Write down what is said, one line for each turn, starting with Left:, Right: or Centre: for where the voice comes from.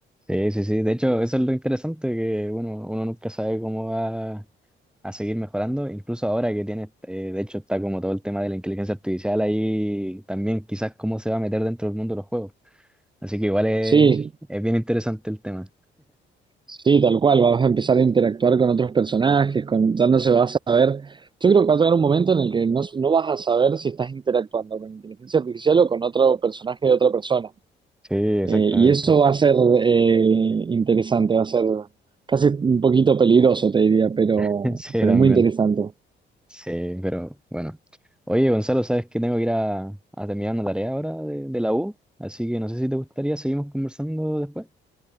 Centre: Sí, sí, sí. De hecho, eso es lo interesante, que bueno, uno nunca sabe cómo va a seguir mejorando. Incluso ahora que tiene, eh, de hecho, está como todo el tema de la inteligencia artificial ahí, también quizás cómo se va a meter dentro del mundo de los juegos. Así que igual es,
Right: Sí,
Centre: es bien interesante el tema.
Right: sí, tal cual, vas a empezar a interactuar con otros personajes, con, ya no se va a saber. Yo creo que va a llegar un momento en el que no, no vas a saber si estás interactuando con inteligencia artificial o con otro personaje de otra persona.
Centre: Sí, exactamente.
Right: Eh, y eso va a ser eh, interesante, va a ser casi un poquito peligroso, te diría, pero,
Centre: <laughs> Sí,
Right: pero
Centre: también.
Right: muy interesante.
Centre: Sí, pero bueno. Oye, Gonzalo, sabes que tengo que ir a, a terminar una tarea ahora de, de la U, así que no sé si te gustaría, seguimos conversando después.